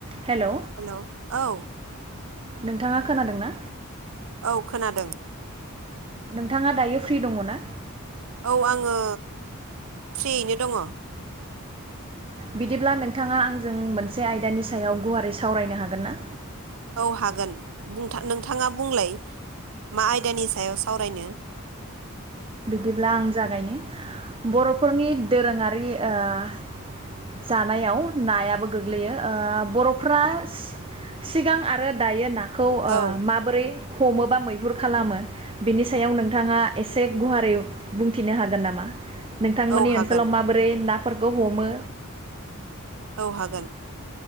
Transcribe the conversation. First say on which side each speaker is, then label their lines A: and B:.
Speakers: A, on the right; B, on the right.
A: Hello
B: hello औ
A: नोंथाङा खोनादों ना?
B: औ खोनादों।
A: नोंथाङा दायो फ्रि दङ' ना?
B: औ आङो फ्रियैनो दङ।
A: बिदिब्ला नोंथाङा आंजों मोनसे आयदानि सायाव गुवारै सावरायनो हागोन ना?
B: औ हागोन बुंथा -नोंथाङा बुंलाय मा आयदानि सायाव सावरायनो।
A: बिदिब्ला आं जागायनि बर'फोरनि दोरोङारि ओह जानायाव नायाबो गोग्लैयो ओ बर'फ्रास सिगां आरो दायो ना <unintelligible> ओ
B: औ
A: माबोरै हमो बा मैहुर खालामो बेनि सायाव नोंथाङा एसे गुहारै बुंथिनो हागोन नामा? नोंथांमोननि
B: औ हागोन
A: ओनसोलाव माबोरै ना <unintelligible> हमो
B: औ हागोन।